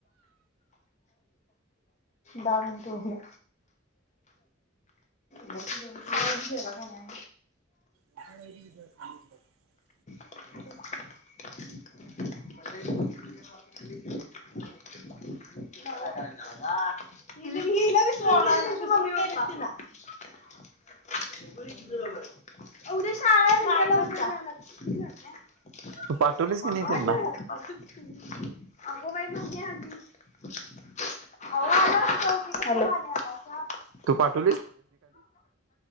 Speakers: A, on the left; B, on the right.
A: दहा मिनट उरले मोठी मम्मी शाळेत गेला का नाय
B: <unintelligible>
A: <unintelligible> <unintelligible> <inaudible> <unintelligible> <unintelligible> उद्या शाळा आहे म्हणताना
B: तू पाठवलीस की नाही त्यांना
A: लवकर जाणार <unintelligible> <unintelligible> हॅलो
B: तू पाठ
A: <inaudible>